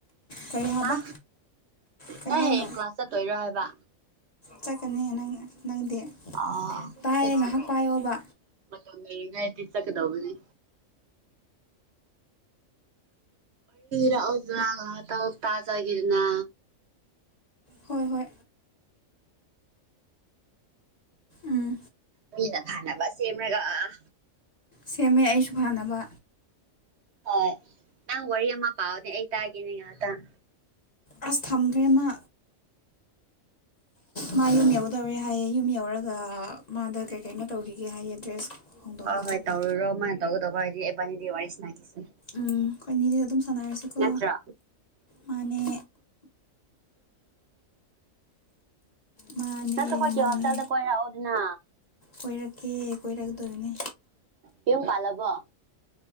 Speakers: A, on the left; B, on the right.
A: ꯀꯔꯤ ꯍꯥꯏꯕ
B: ꯍꯥ
A: ꯀꯔꯤ
B: ꯅꯪ
A: ꯍꯥꯏꯅꯣ
B: ꯍꯌꯦꯡ ꯀ꯭ꯂꯥꯁ ꯆꯠꯇꯣꯏꯔꯣ ꯍꯥꯏꯕ
A: ꯆꯠꯀꯅꯤ ꯅꯪ ꯅꯪꯗꯤ
B: ꯑ‌ꯣ
A: ꯇꯥꯏꯌꯦ
B: ꯆꯠꯁꯤ
A: ꯉꯥꯏꯍꯥꯛ
B: ꯆꯠꯁꯤ
A: ꯄꯥꯏꯌꯣꯕ
B: ꯃꯇꯝ ꯂꯩꯔꯤꯉꯥꯏꯗꯗꯤ ꯆꯗꯕꯅꯤ ꯔꯖ꯭ꯔꯥ ꯇ ꯇꯥꯖꯥꯒꯤꯔꯅ
A: ꯍꯣꯏ ꯍꯣꯏ ꯎꯝ
B: ꯃꯤꯅ ꯐꯅꯕ ꯁꯦꯝꯃꯒ ꯑꯥ
A: ꯁꯦꯝꯃꯦ ꯑꯩꯁꯨ ꯐꯥꯅꯕ
B: ꯍꯣꯏ ꯅꯪ ꯋꯥꯔꯤ ꯑꯃ ꯄꯥꯅꯦ ꯑꯩ ꯇꯥꯒꯦꯅꯦ ꯉꯍꯥꯛꯇꯪ
A: ꯑꯁ ꯊꯝꯈ꯭ꯔꯦ ꯃꯥ ꯃꯥ ꯌꯨꯝ ꯌꯧꯗꯧꯔꯦ ꯍꯥꯏꯌꯦꯦ ꯌꯨꯝ ꯌꯧꯔꯒ ꯃꯥꯗ ꯀꯩ ꯀꯩꯅꯣ ꯇꯧꯈꯤꯒꯦ ꯍꯥꯏꯌꯦ ꯗ꯭ꯔꯦꯁ ꯍꯣꯡꯗꯣꯛꯄ
B: ꯍ ꯍꯣꯏ
A: ꯈꯣꯠꯄ
B: ꯇꯧꯔꯣ ꯃꯥꯍꯇꯔꯒ ꯇꯧꯕꯔ ꯍꯥꯏꯗꯤ ꯑꯦꯕꯥꯅꯤꯗꯤ ꯋꯥ ꯋꯥꯔꯤ ꯂꯥꯛꯁ
A: ꯎꯝ ꯀꯅ ꯑꯗꯨ ꯑꯗꯨꯝ ꯁꯥꯟꯅꯔꯁꯤꯀꯣ
B: ꯅꯠꯇ꯭ꯔꯣ
A: ꯃꯥꯅꯦ ꯃꯥꯅꯦ
B: ꯅꯁꯨ ꯑꯩꯈꯣꯏꯒꯤ
A: ꯃꯥꯅꯦ
B: ꯍꯣꯁꯇꯦꯜꯗ ꯀꯣꯏꯔꯛꯑꯣꯗꯅ
A: ꯀꯣꯏꯔꯛꯀꯦ ꯀꯣꯏꯔꯛꯀꯗꯣꯏꯅꯦ
B: ꯄꯨꯝ ꯄꯜꯕꯣ